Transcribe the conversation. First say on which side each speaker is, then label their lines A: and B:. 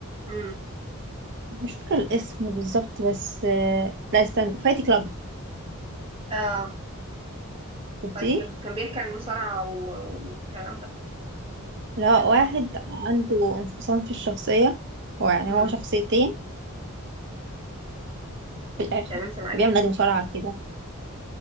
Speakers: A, on the right; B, on the right.
A: امم
B: مش فاكرة الاسم بالظبط بس آه، لا استنى فايت كلاب
A: اه
B: شفتيه
A: فايت كلاب كان بيحكي عن المصارعة و- والكلام ده
B: اللي هو
A: فايت كلاب
B: واحد عنده انفصام في الشخصية هو يعني
A: امم
B: هو شخصيتين في الآخر
A: تمام سامعاكي
B: وبيعمل نادي مصارعة كده